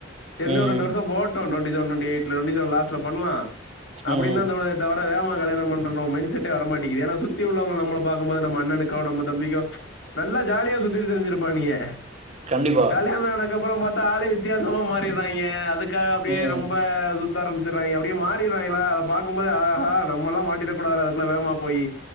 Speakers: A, on the left; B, on the right.
A: சரி இன்னு
B: ம்.
A: ஒரு ரெண்டு வருஷோ போகட்டு டுவண்டி செவன் டுவண்டி ஏய்ட்ல டுவெண்டி செவன் லாஸ்ட்ல பண்லா அப்டின்
B: ம். ம்.
A: தா தோனுதே வர வர வேகமா கல்யாணம் பண்றோனு மைண்ட் செட்டே வரமாட்டி ஏன்னா சுத்தி உள்ளவங்க நம்மள பாக்கும்போது நம்ம அண்ணனுக்கோ நம்ம தம்பிக்கோ நல்லா ஜாலியா சுத்தி திரிஞ்சிருப்பா நீயி
B: கண்டிப்பா.
A: கல்யாண ஆனதக்கப்பறோ பாத்தா ஆளே வித்தியாசமா மாறிறாங்க அதுக்கு அதுக்காக அப்டியே
B: ம்.
A: ரொம்ப சுத்தி ஆரம்பிச்சுறாங்க அப்டியே மாறிருறாங்களா அத பாக்கும்போது ஆக நம்மல்லா மாட்டிற்றக்கூடாதுடா அதுக்குள்ள வேகமா போய்